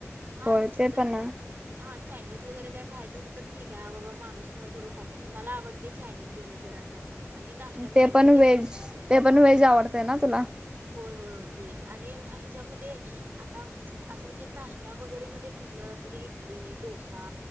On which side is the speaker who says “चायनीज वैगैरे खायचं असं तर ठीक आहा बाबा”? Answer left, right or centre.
Right